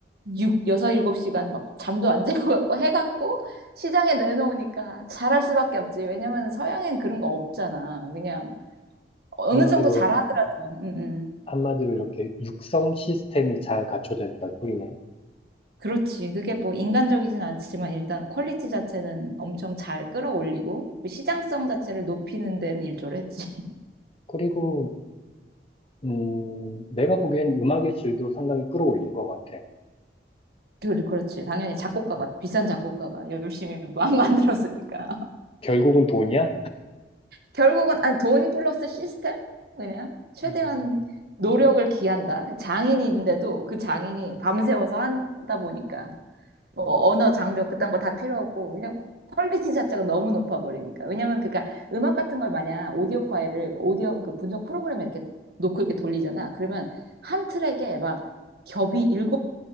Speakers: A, on the right (about 60°); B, on the left (about 35°).
A: 육 여섯 일곱 시간막 잠도 안 <laughs> 자고 갖고 해갖고 시장에 내놓으니까 잘할 수밖에 없지. 왜냐면 서양엔 그런 거 없잖아. 그냥 어느
B: 한마디로,
A: 정도 잘하더라도. 음, 음.
B: 한마디로 이렇게 육성 시스템이 잘 갖춰져 있다는 소리네.
A: 그렇지. 그게 뭐 인간적이진 않지만 일단 퀄리티 자체는 엄청 잘 끌어올리고 시장성 자체를 높이는 데는 일조를 했지. <laughs>
B: 그리고, 음, 내가 보기엔 음악의 질도 상당히 끌어올린 것 같아.
A: 그리- 그렇지. 당연히 작곡가가
B: 음,
A: 비싼 작곡가가 열심히 마- 만들었으니까.
B: 결국은 돈이야?
A: 결국은 아니 돈 플러스 시스템 그냥 최대한
B: 음,
A: 노력을 기한다. 장인인데도 그 장인이 밤새워서 한다 보니까 뭐 언어 장벽 그딴 거 다 필요 없고 그냥 퀄리티 자체가 너무 높아 버리니까. 왜냐면 그니까 음악 같은 걸 마냥 오디오 파일을 오디오 그 분석 프로그램에 이렇게 놓고 이렇게 돌리잖아. 그러면 한 트랙에 막 겹이 일곱